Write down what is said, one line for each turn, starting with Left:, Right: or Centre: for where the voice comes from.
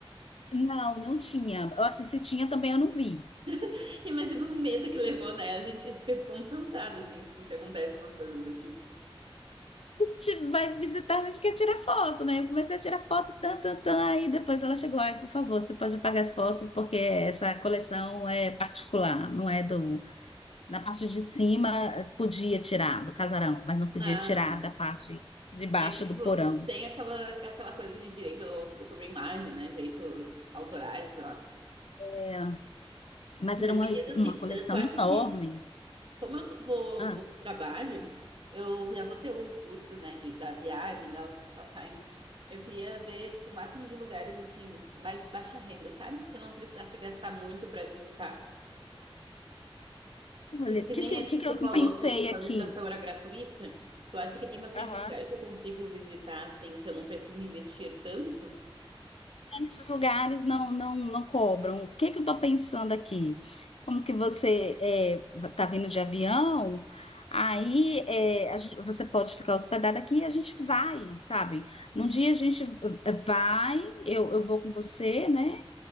Left: Não, não tinha. Ou Assim, se tinha também eu não vi.
Right: <laughs> Imagina o medo que levou, né? A gente fica desconcentrado, assim, tipo, se acontecem umas coisas do tipo.
Left: Ti- Vai visitar, a gente quer tirar foto, né? Eu comecei a tirar foto, tan, tan, tan, aí depois ela chegou, aí, por favor, você pode apagar as fotos, porque essa coleção é particular, não é do... Na parte de cima, eh, podia tirar do casarão, mas não podia
Right: Ah,
Left: tirar
Right: sim.
Left: da parte de baixo
Right: É que, tipo,
Left: do porão.
Right: tem aquela, aquela coisa de direito ao- sobre a imagem, né? Direitos autorais, sei lá.
Left: É, mas
Right: Mas
Left: era uma,
Right: me diz assim,
Left: uma coleção
Right: eh, tu acha
Left: enorme.
Right: que, como eu tô- vou,
Left: Ah,
Right: vou pro trabalho, eu já vou ter o custo, né, de, da viagem, das, das passagens. Eu queria ver, tipo, o máximo de lugares, assim, mais baixa renda, sabe? Que eu não precisasse gastar muito pra visitar.
Left: olha,
Right: Tipo,
Left: o
Right: que
Left: que,
Right: nem
Left: que,
Right: esse
Left: que
Right: que
Left: que
Right: você
Left: eu
Right: falou,
Left: pensei
Right: que, tipo,
Left: aqui?
Right: a visitação era gratuita. Tu acha que tem bastante
Left: Aham.
Right: lugares que eu consigo visitar, assim, que eu não preciso investir tanto?
Left: nesses lugares não não não cobram. O que que eu estou pensando aqui? Como que você está vindo de avião? Aí é, a gente- você pode ficar hospedado aqui e a gente vai, sabe? Num dia a gente eh, vai, eu, eu vou com você, né?